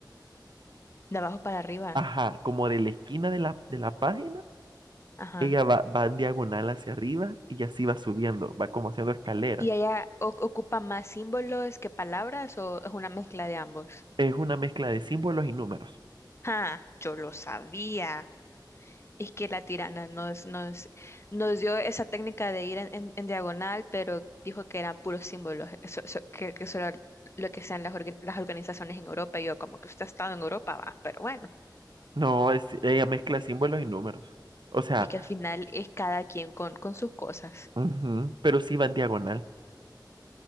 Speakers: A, on the left; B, on the right.
A: de abajo para arriba.
B: ajá, como de la esquina de la, de la página,
A: Ajá.
B: ella va, va en diagonal hacia arriba y así va subiendo, va como haciendo escalera.
A: ¿Y ella o- ocupa más símbolos que palabras o es una mezcla de ambos?
B: Es una mezcla de símbolos y números.
A: Ah, yo lo sabía. Es que la tirana nos, nos, nos dio esa técnica de ir en, en- en diagonal, pero dijo que eran puros símbolos, eso- eso- que, que eso era lo que sean las, orga- las organizaciones en Europa. Y yo, como que usted ha estado en Europa, va, pero bueno,
B: No, es, ella mezcla símbolos y números. O sea,
A: es que al final es cada quien con, con sus cosas.
B: ujú, pero sí va en diagonal.